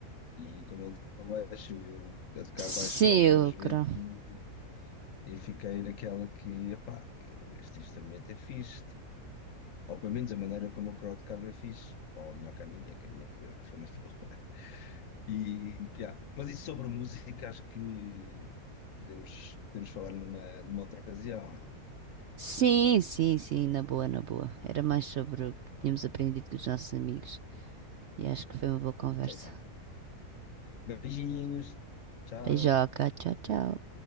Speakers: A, on the left; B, on the right.
A: E como ele tocava baixo, eu eu a tocar
B: sim,
A: baixo algumas
B: eu
A: vezes
B: cre-
A: e, e fiquei naquela que, epá, eu- este instrumento é fixe. tipo, Ou pelo menos a maneira como o Crow tocava é fixe. Ou melhor que a minha, que a minha foi foi muito boa. <laughs> E, yeah. Mas isso sobre música, acho que podemos, podemos falar numa, numa outra ocasião, ou não?
B: sim, sim, sim, na boa, na boa. Era mais sobre o que tínhamos aprendido com os nossos amigos. E acho que foi uma boa conversa.
A: Então, vá. Beijinhos, tchau.
B: Beijoca, tchau, tchau.